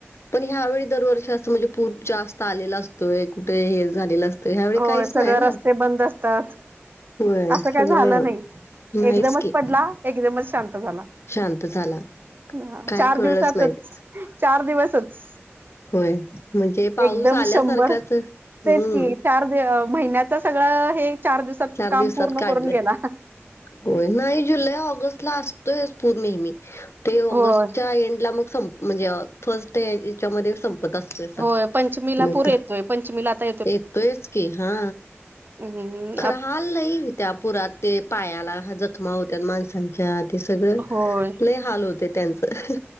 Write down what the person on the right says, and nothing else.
होय
सगळे
रस्ते बंद असतात
असं
काय झालं नाही
एकदमच
पडला एकदमच शांत झाला
ह
चार
दिवसातच
चार दिवसच
एकदम
शंभर
तेच की चार महिन्याच सगळं हे चार दिवसात
काम
पूर्ण
करून गेला
होय
होय पंचमीला
पूर येतोय पंचमीला आता
ह
होय